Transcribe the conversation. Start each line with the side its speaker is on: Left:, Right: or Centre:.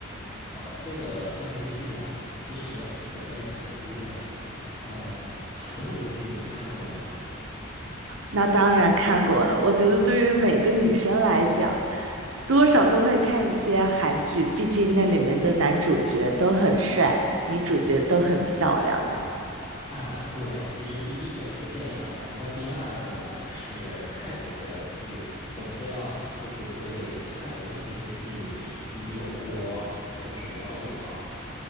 Left: 哦，这个电视剧呀，其实种类很多哎。呃，韩国的剧你看过吗？
Right: 那当然看过了，我觉得对于每个女生来讲，多少都会看一些韩剧，毕竟那里面的男主角都很帅，女主角都很漂亮的。
Left: 啊，对，其实第一个是这样的，然后第二个呢是泰国的剧，我不知道，就是对泰国的这些剧你，你有过就是了解吗？